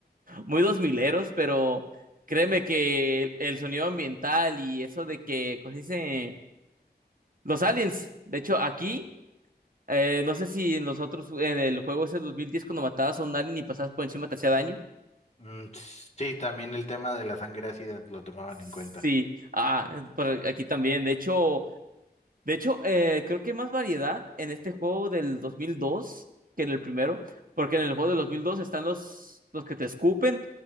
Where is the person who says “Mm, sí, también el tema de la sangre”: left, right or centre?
Left